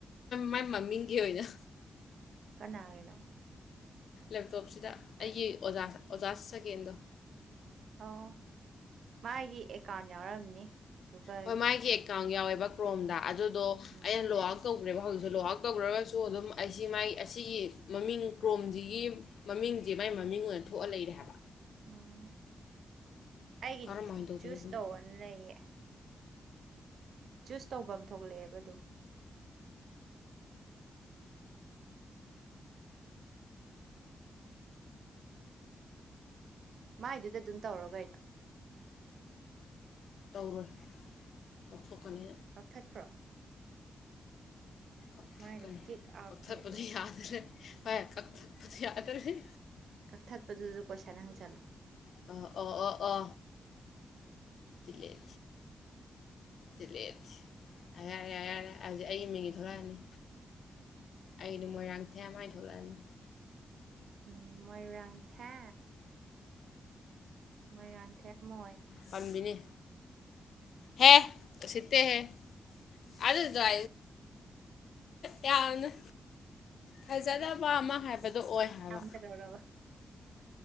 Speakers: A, on the left; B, on the right.
A: ꯃꯥꯏ ꯃꯃꯤꯡꯒꯤ ꯑꯣꯏꯅ
B: ꯀꯅꯥꯒꯤꯅꯣ
A: ꯂꯦꯞꯇꯣꯞꯁꯤꯗ ꯑꯩꯒꯤ ꯑꯣꯖ ꯑꯣꯖꯥ ꯆꯒꯦꯟꯗꯣ
B: ꯑꯣ ꯃꯥꯒꯤ ꯑꯦꯀꯥꯎꯟ ꯌꯥꯎꯔꯝꯅꯤ ꯒꯨꯒꯜꯒꯤ
A: ꯍꯣꯏ ꯃꯥꯒꯤ ꯑꯦꯀꯥꯎꯟ ꯌꯥꯎꯋꯦꯕ ꯀ꯭ꯔꯣꯝꯗ ꯑꯗꯨꯗꯣ
B: ꯎꯝ
A: ꯑꯩꯅ ꯂꯣꯛ ꯍ ꯇꯧꯈ꯭ꯔꯦꯕ ꯍꯧꯖꯤꯛ ꯂꯨꯍꯥꯛ ꯇꯧꯈ꯭ꯔꯒꯁꯨ ꯑꯗꯨꯝ ꯑꯁꯤ ꯃꯥꯏ ꯑꯁꯤꯒꯤ ꯃꯃꯤꯡ ꯀ꯭ꯔꯣꯝꯁꯤꯒꯤ ꯃꯃꯤꯡꯁꯦ ꯃꯥꯏ ꯃꯃꯤꯡ ꯑꯣꯏꯅ ꯊꯣꯛꯑ ꯂꯩꯔꯦ ꯍꯥꯏꯕ
B: ꯎꯝ ꯑꯩꯒꯤ
A: ꯀꯔꯝꯍꯥꯏꯅ ꯇꯧꯗꯣꯔꯤꯕꯅꯣ
B: ꯆꯨꯁ ꯇꯧꯕꯅ ꯂꯩꯌꯦ ꯆꯨꯁ ꯇꯧꯕ ꯑꯃ ꯊꯣꯛꯂꯛꯑꯦꯕ ꯑꯗꯨ ꯃꯥꯏꯗꯨꯗ ꯑꯗꯨꯝ ꯇꯧꯔ ꯀꯩꯅꯣ
A: ꯇꯧꯔ ꯑꯣꯊꯣꯛ ꯀꯅ
B: ꯀꯛꯊꯠꯈ꯭ꯔꯣ
A: ꯀꯛꯊꯛꯀꯅꯤ
B: ꯃꯥꯏꯗꯣ ꯀꯤꯛ ꯑꯥꯎꯠ
A: ꯀꯛꯊꯠꯄꯗ
B: ꯇꯧꯈ꯭ꯔꯣ
A: ꯌꯥꯗ꯭ꯔꯅꯤ ꯍꯣꯏ ꯀꯛꯊꯛꯄꯗ ꯌꯥꯗ꯭ꯔꯅꯤ
B: ꯀꯛꯊꯠꯄꯗꯨꯁꯨ ꯀꯣꯏꯁꯟ ꯍꯪꯆꯜꯂꯣ
A: ꯑ ꯑ ꯑ ꯑ ꯏ ꯆꯤꯜꯂꯦꯦ ꯌꯥꯔꯦ ꯌꯥꯔꯦ ꯍꯧꯖꯤꯛ ꯑꯩ ꯃꯤꯒꯤ ꯊꯣꯛꯂꯛꯑꯅꯤ ꯑꯩꯗ ꯃꯣꯏꯔꯥꯡꯊꯦꯝ ꯍꯥꯏ ꯊꯣꯛꯂꯛꯑꯅꯤ
B: ꯎꯝ ꯃꯣꯏꯔꯪ ꯊ ꯃꯣꯏꯔꯥꯡꯊꯦꯝ ꯃꯣꯏ
A: ꯄꯟꯕꯤꯅꯤ
B: ꯎꯝ
A: ꯍꯦ ꯁꯤꯠꯇꯦ ꯍꯦ ꯑꯗ ꯗ꯭ꯔ ꯌꯥꯝꯅ ꯐꯖꯗꯕ ꯑꯃ ꯍꯥꯏꯕꯗꯣ ꯑꯣꯏ ꯍꯥꯏꯕ
B: ꯊꯝ ꯀꯗꯧꯔꯕ